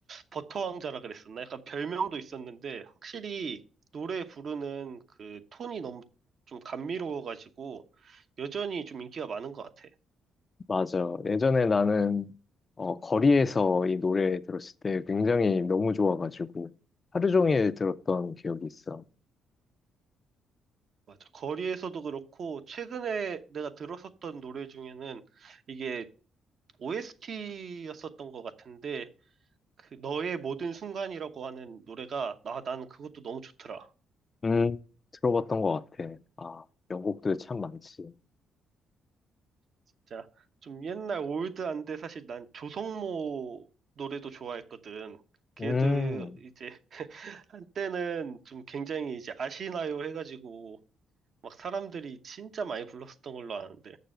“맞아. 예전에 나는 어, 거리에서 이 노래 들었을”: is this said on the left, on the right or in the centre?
Left